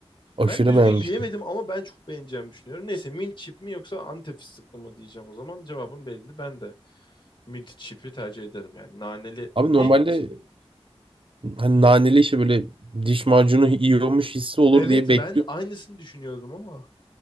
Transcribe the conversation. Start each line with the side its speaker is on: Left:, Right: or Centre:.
Right: Aşırı
Left: Ben düzgün
Right: beğenmiştim.
Left: yiyemedim ama ben çok beğeneceğimi düşünüyorum. Neyse mint chip mi yoksa Antep fıstıklı mı diyeceğim o zaman. Cevabım belli. Ben de mint chip'i tercih ederim yani. Naneli
Right: Abi
Left: ne?
Right: normalde
Left: chip?
Right: hani naneli işte böyle diş macunu yiyormuş hissi olur
Left: Evet
Right: diye bekliyorum.
Left: ben aynısını düşünüyordum ama.